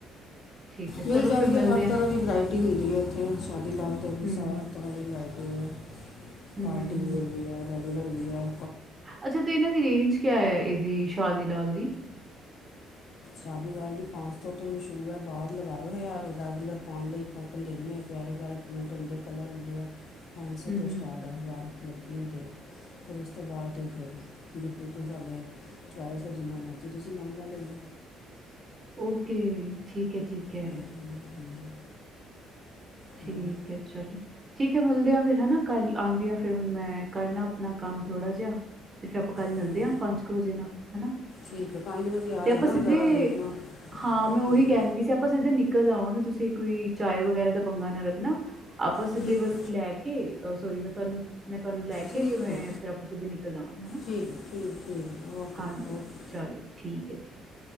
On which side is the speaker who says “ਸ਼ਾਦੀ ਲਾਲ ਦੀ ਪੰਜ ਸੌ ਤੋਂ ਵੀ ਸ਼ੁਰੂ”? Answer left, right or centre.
Left